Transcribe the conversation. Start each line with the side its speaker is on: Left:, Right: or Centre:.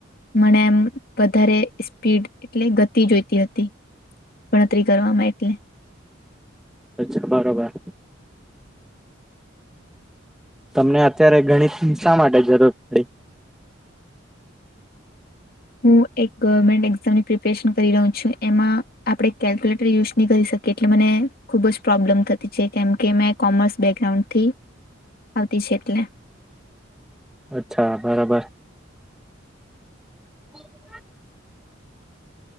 Left: મને એમ વધારે સ્પીડ એટલે ગતિ જોઈતી હતી. ગણતરી કરવામાં એટલે
Centre: અચ્છા બરોબાર તમને અત્યારે ગણિતની શા માટે જરૂર પડી.
Left: હું એક ગવર્મેન્ટ એક્ઝામની પ્રિપેરેશન કરી રહું છું એમાં આપણેે કેલ્ક્યુલેટર યુઝ નહી કરી શકીએ. એટલે મને ખુબ જ પ્રોબ્લેમ થતી છે કેમ કે મેં કોમર્સ બેકગ્રાઉન્ડથી આવતી છે એટલે
Centre: અચ્છા બરાબર. <inaudible>